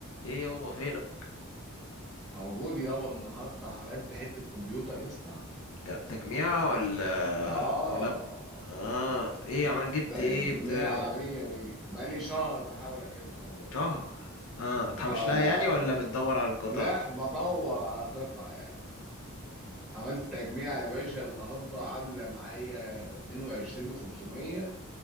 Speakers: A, on the left; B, in the centre.
A: ايه يابا فينك
B: موجود يابا النهارده عملت حته كمبيوتر يا اسطى
A: جا- تجميع ولا
B: اه
A: لاب اه ط- ايه عمال جبت
B: تجميع
A: ايه بتاع
B: مية مية بقالي شهر بحاول اجيبها والله
A: شهر اه تحوش
B: اه
A: لها
B: بقى.
A: يعني ولا بتدور على القطع
B: لا بدور على قطع يعني عملت تجميع يا باشا النهارده عامله معايا 22 و500